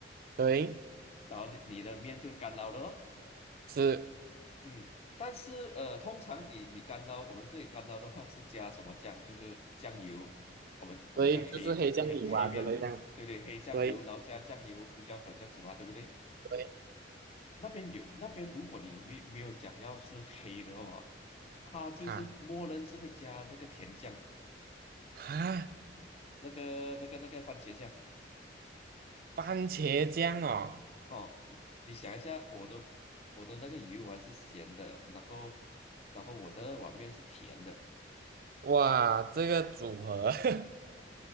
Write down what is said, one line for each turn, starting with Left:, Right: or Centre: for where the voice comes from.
Right: 对，
Left: 然后你的面就干捞了咯
Right: 是，
Left: 嗯，但是呃，通常你你干捞，我们这里干捞的话是加什么酱？就是酱油，我们我们叫黑黑黑面，
Right: 对，就是黑酱油啊之类的，样，
Left: 对不对？黑酱油，
Right: 对
Left: 然后加酱油、胡椒粉这样子嘛，对不对？
Right: 对，
Left: 那边有那边，如果你没没有讲要是黑的话，它就是默认是会加那个甜酱，
Right: 哈哈，
Left: 那个那个那个番茄酱
Right: 番茄酱哦。
Left: 哦。你想一下，我的我的那个鱼丸是咸的，然后然后我的碗面是甜的。
Right: 哇，这个组合 <laughs>